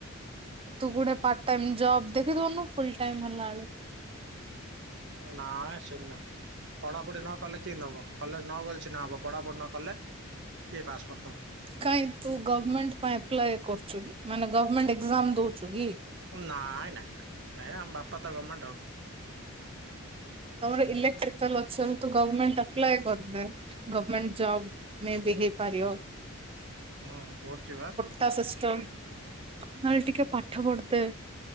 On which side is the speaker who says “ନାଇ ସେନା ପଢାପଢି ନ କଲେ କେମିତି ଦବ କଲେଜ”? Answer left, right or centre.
Right